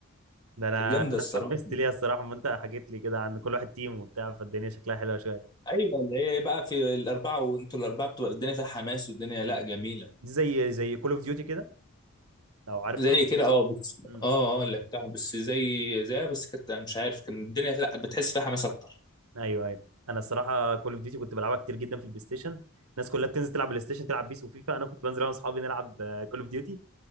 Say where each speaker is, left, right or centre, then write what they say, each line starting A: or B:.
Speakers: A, on the right (about 85°); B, on the left (about 20°).
A: ده انا
B: كانت جامده
A: انا
B: الصراحه
A: اتحمست ليها الصراحة ما انت حكيت لي كده عن كل واحد تيم وبتاع فالدنيا شكلها حلوة شوية
B: ايوه اللي هي بقى في الاربعه وانتوا الاربعه بتبقى الدنيا فيها حماس والدنيا
A: مم.
B: لا جميله
A: دي زي زي كول اوف ديوتي كده لو عارف
B: زي
A: كول
B: كده اه بس
A: امم
B: اه اه لعبتها بس زي زيها بس كانت انا مش عارف كان الدنيا لا بتحس فيها حماس اكتر
A: ايوه ايوه انا الصراحه كول اوف ديوتي كنت بلعبها كتير جدا في البلاي ستيشن الناس كلها بتنزل تلعب بلاي ستيشن تلعب بيس وفيفا انا كنت بنزل انا واصحابي نلعب كول اوف ديوتي